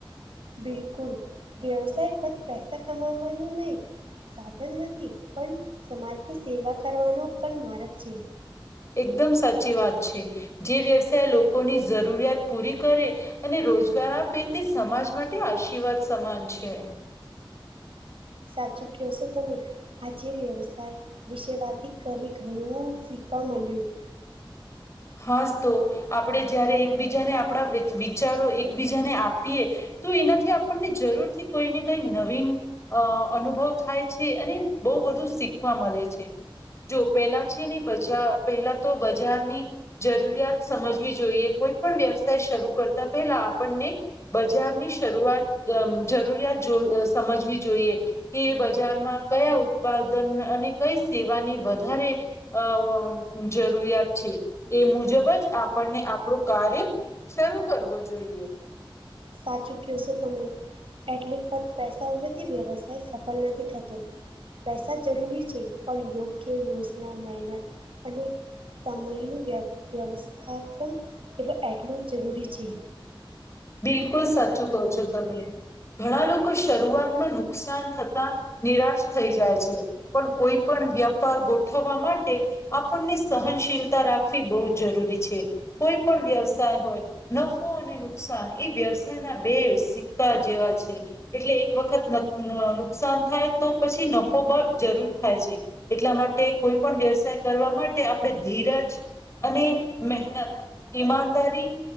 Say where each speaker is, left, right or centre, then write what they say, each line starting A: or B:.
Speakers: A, on the right (about 85°); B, on the left (about 30°).
A: બિલકુલ વ્યવસાય ફત પૈસા કમાવાનું નહીિ સાધન નથી પણ સમાજની સેવા કરવાનો પણ માર્ગ છે
B: એકદમ સાચી વાત છે જે વ્યવસાય લોકોની જરૂરિયાત પૂરી કરે અને રોજગાર આપે તે સમાજ માટે આશીર્વાદ સમાન છે
A: સાચું કવ છો તમે આજે વ્યવસાય વિશે વાત કરી ઘણું શીખવા મળ્યું
B: હાસ તો આપણે જ્યારે એકબીજાને આપણા વિચારો એકબીજાને આપીએ તો એનાથી આપણને જરૂર થી કોઈને કઈ નવીન અ અનુભવ થાય છે. અને બહુ બધું શીખવા મલે છે. જો પેલા છે ને બજા પેલા તો બજારની જરૂરિયાત સમજવી જોઈએ. કોઈ પણ વ્યવસાય શરૂ કરતા પહેલા આપણને બજારની શરૂઆત આમ જરૂરિયાત જો સમજવી જોઈએ. કે બજારમાં કયા ઉત્પાદન અને કઈ સેવાની વધારે અ જરૂરિયાત છે. એ મુજબ જ આપણને આપણું કાર્ય શરૂ કરવો જોઈએ.
A: સાચું કયો સો તમે. એટલી ફક્ત પૈસા હોવાથી વ્યવસ્ કંઈ સફલ નથી થતું. પૈસા જરૂરી છે. પણ યોગ્ય યોજના, મહેનત અને સમયનું વ્ય વ્યવસ્થાપન એટલે એટલું જરૂરી છે.
B: બિલકુલ સાચું કહો છો તમે. ઘણા લોકો શરૂઆતમાં નુકસાન થતા નિરાશ થઈ જાય છે. પણ કોઈ પણ વ્યાપાર ગોઠવવા માટે આપણને સહનશીલતા રાખવી બહુ જરૂરી છે. કોઈ પણ વ્યવસાય હોય. નફો અને નુક કસાન એ વ્યવસાયના બે સિક્કા જેવા છે. એટલે એક વખત ન નુકસાન થાય તો પછી નફો બ જરૂર થાય છે. એટલા માટે કોઈ પણ વ્યવસાય કરવા માટે આપણે ધીરજ અને મહેનત, ઈમાનદારી